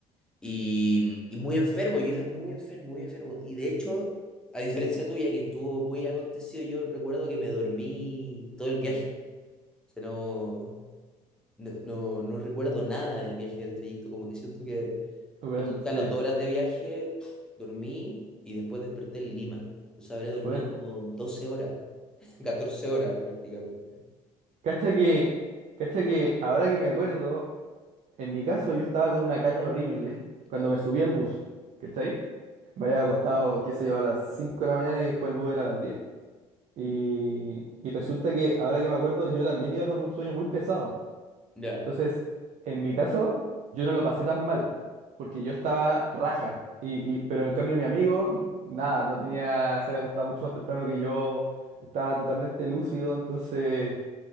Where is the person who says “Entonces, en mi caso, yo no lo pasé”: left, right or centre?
Right